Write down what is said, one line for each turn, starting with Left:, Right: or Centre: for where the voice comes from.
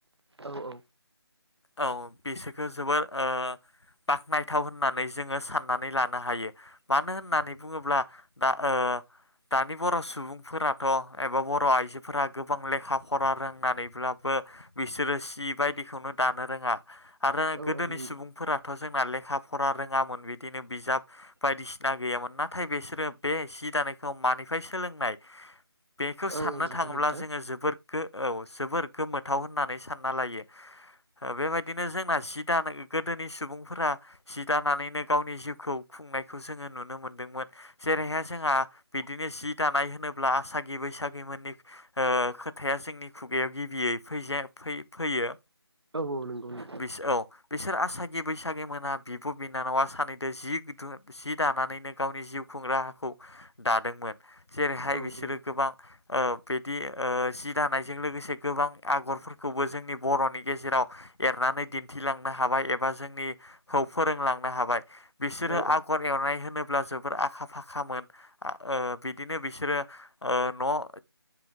Right: औ औ
Left: औ बिसोरखो जोबोर ओ बाख्नायथाव होननानै जोङो साननानै लानो हायो मानो होननानै बुङोब्ला दा ओ दानि बर' सुबुंफोराथ' एबा बर' आइजोफोरा गोबां लेखा फरा रोंनानैब्लाबो बिसोरो सि बायदिखौनो दानो रोङा आरो
Right: औ
Left: गोदोनि
Right: औ नंगौ
Left: सुबुंफोरा' थ' जोंना लेखा फरा रोङामोन बिदिनो बिजाब बायदिसिना गैयामोन नाथाय बिसोरो बे जि दानायखौ मानिफ्राय सोलोंनाय बेखौ
Right: औ
Left: साननो
Right: औ नंगौ
Left: थाङोब्ला
Right: नोंथां
Left: जोङो जोबोर गो औ जोबोर गोमोथाव होननानै सान ना लायो। ओ बेबायदिनो जोंना जि दानो गोदोनि सुबुंफोरा जि दानानैनो गावनि जिउखौ बुंंनायखौ जोङो नुनो मोनदोंमोन जेरैहाय जोंहा बिदिनो जि दानाय होनोब्ला आसागि बैसा सागि मोननि ओ खोथाया जोंनि खुगायाव गिबियै फेजे फै फैयो फैयो।
Right: औ औ नोंगौ नोंथां।
Left: बिस औ बिसोर आसागि बैसागि मोना बिब' बिनानावा सानैदो जिु गुदुं जि दानानैनो गावनि जिउ खुंग्रा हाखौ दादोंमोन जेरैहाय
Right: औ
Left: बिसोरो
Right: नंगौ
Left: गोबां ओ बिदि ओ जि जि दानायजों लोगोसे गोबां आग'रफोरखौबो जोंनि बर'नि गेजेराव एरनानै दिन्थिलांनो हाबाय एबा जोंनिखौ फोरोंलांनो हाबाय बिसोरो
Right: औ
Left: आग खर एरनाय होनोब्ला जोबोर आखा फाखामोन आ ओ बिदिनो बिसोरो ओ न'